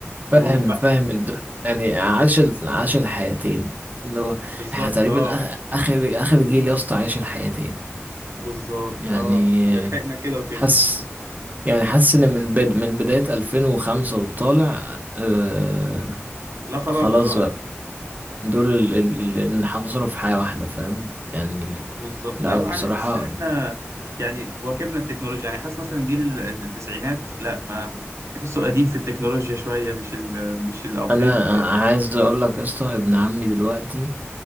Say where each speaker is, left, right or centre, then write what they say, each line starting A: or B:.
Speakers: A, on the right; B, on the right.
A: وبعد
B: فاهم فاهم الد- يعني عاش ال- عاش الحياتين اللي هو
A: بالظبط
B: احنا تقريبا
A: اه
B: آخ- اخر اخر جيل يا اسطى عاش الحياتين
A: بالظبط
B: يعني
A: اه لحقنا كده وكده
B: حس يعني حاسس ان من بد من بداية 2005 وطالع آه
A: لا خلاص
B: خلاص
A: ده بقى
B: بقى دول ال- ال- اللي انحصروا في حياة واحدة فاهم يعني
A: بالظبط
B: لا
A: لا وانا
B: بصراحة
A: حاسس ان احنا يعني واكبنا التكنولوجيا يعني حاسس مثلا جيل ال- التسعينات لا ما تحسه قديم في التكنولوجيا شوية مش ال مش الابديتد
B: انا
A: كده
B: عايز اقول لك يا اسطى ابن عمي دلوقتي